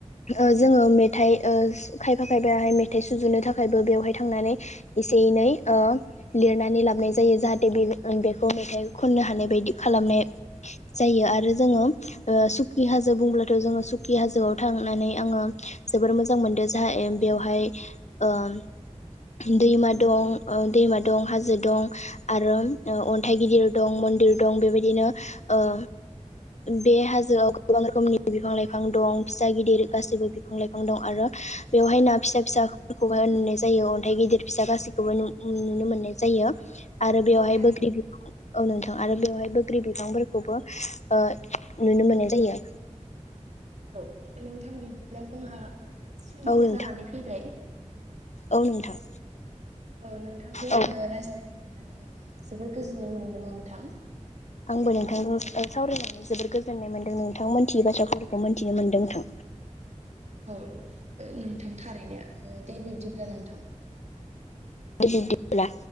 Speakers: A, on the left (about 65°); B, on the right (about 65°).
A: ओ जोङो ओ मेथाइ खायफा खायफाहाय मेथाइ सुजुनो थाखायबो बेवहाय थांनानै एसे एनै ओ लिरनानै लाबनाय जायो जाहाथे बे बेखौ मेथाइ खननो हानाय बायदि खालामनाय जायो आरो जोङो ओ सुखि हाजो बुंब्लाथ' जोङो सुखि हाजोआव थांनानै आङो जोबोर मोजां मोनदों जोंहा बेवहाय ओम दैमा दं ओ दैमा दं हाजो दं आरो ओ अन्थाइ गिदिर दं मन्दिर दं बेबायदिनो ओ बे हाजोआव गोबां रोखोमनि बिफां लाइफां दं फिसा गिदिर गासैबो बिफां लाइफां दं आरो बेवहाय ना फिसा फिसाफोरखौहाय नुनाय जायो अन्थाइ गिदिर फिसा गासि <unintelligible> <unintelligible> नुनो मोननाय जायो आरो बेवहाय
B: औ थारैनो
A: बोग्रि बि औ नोंथां आरो बेवहाय बोग्रि बिफांफोरखौबो ओ नुनो मोननाय जायो
B: औ नोंथां बिदिब्ला जोंहा समाबो
A: औ नोंथां
B: जानानै फैबाय
A: औ नोंथां
B: औ नोंथांजों
A: औ
B: आङो रायज्लायनो मोननानै जोबोद गोजोननाय मोनदों नोंथां
A: आंबो नोंथांजों सावरायनानै जोबोर गोजोननाय मोन्दों नोंथां मोनथियै बाथ्राफोरखौ मोनथिनो मोन्दों नोंथां
B: औ ओ नोंथां थारैनो दे बिब्दिब्ला नोंथां।
A: दे बिबदिब्ला